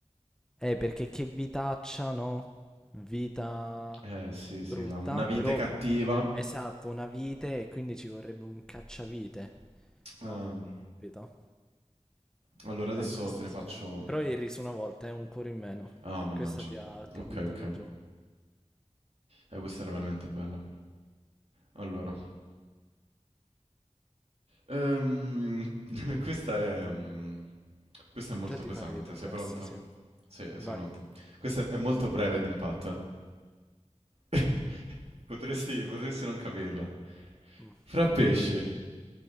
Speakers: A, in the centre; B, on the right.
A: Eh, perché che vitaccia, no? Vita
B: Eh, sì,
A: brutta,
B: sì, la- una vite
A: però
B: cattiva.
A: Esatto, una vite e quindi ci vorrebbe un cacciavite, no?
B: Ehm,
A: Capito?
B: Allora adesso
A: Eh, questa
B: te ne
A: sì,
B: faccio...
A: eh. Però ieri su una volta è un cuore in meno.
B: Ah, mannaggia.
A: Questa ti ha, ti
B: Ok,
A: ha buttato
B: ok.
A: giù.
B: Eh, questa era veramente bella. Allora. Ehm, <laughs> questa è... mm, Questa è molto
A: Già ti
B: pesante.
A: fa ridere
B: Sei
A: questa,
B: pronto?
A: sì.
B: Sì, sei
A: Vai.
B: pronto. Questa è è molto breve e d'impatto, eh. <laughs> Potresti, potresti non capirla.
A: Mm.
B: Fra pesci,